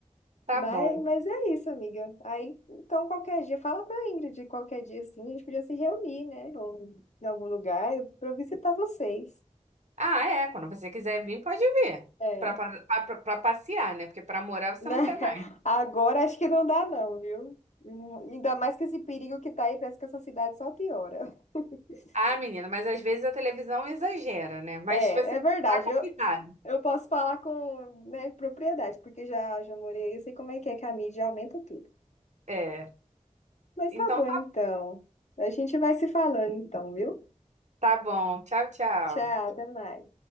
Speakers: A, on the right; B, on the left.
A: Tá
B: Mas,
A: bom.
B: mas é isso, amiga. Aí, então, qualquer dia, fala pra Ingrid, qualquer dia assim, a gente podia se reunir, né? Ou, em algum lugar pra eu visitar vocês.
A: Ah, é, quando você quiser vir, pode vir.
B: É,
A: Pra, pra, pra- pra passear, né? Porque pra morar você
B: né?
A: não quer
B: <laughs>
A: mais.
B: Agora acho que não dá, não, viu? Hum, Ainda mais que esse perigo que tá aí, parece que essa cidade só piora. <laughs>
A: Ah, menina, mas às vezes a televisão exagera, né? Mas
B: É,
A: você
B: é verdade.
A: tá convidado.
B: Eu, eu posso falar com, né, propriedade, porque já, já morei aí, eu sei como é que é que a mídia aumenta tudo.
A: É.
B: Mas
A: Então
B: tá bom, então. A gente vai se falando, então, viu?
A: Tá bom. Tchau, tchau.
B: Tchau, até mais.